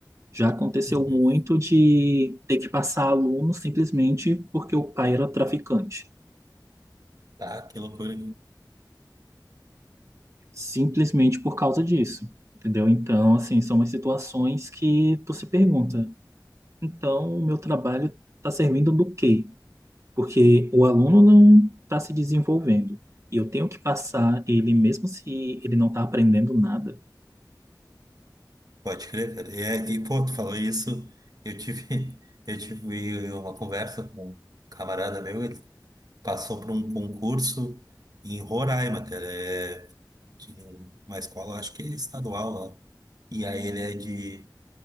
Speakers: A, on the right; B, on the right.
A: Já aconteceu
B: Uhum.
A: muito de ter que passar aluno simplesmente porque o pai era traficante,
B: Tá, que loucura.
A: simplesmente por causa disso, entendeu? Então, assim, são umas situações que tu se pergunta, então o meu trabalho está servindo do quê? Porque o aluno não está se desenvolvendo. E eu tenho que passar ele, mesmo se ele não está aprendendo nada.
B: Pode crer, cara. E, é- e, pô, tu falou isso, eu tive, <laughs> eu tive uma conversa com um camarada meu, ele passou por um concurso em Roraima, cara, é de uma escola, acho que estadual lá. E aí ele é de,